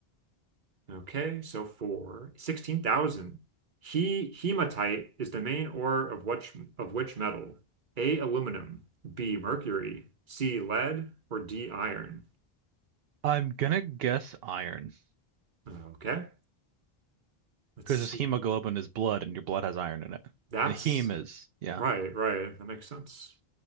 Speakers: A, on the right; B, on the right.
A: Okay, so for 16,000, he hematite is the main ore of which of which metal? A aluminum, B mercury, C lead, or D iron.
B: I'm gonna guess iron
A: Okay, let's
B: because
A: see.
B: his hemoglobin is blood, and your blood has iron in it.
A: That's
B: And heme is, yeah.
A: right, right. That makes sense.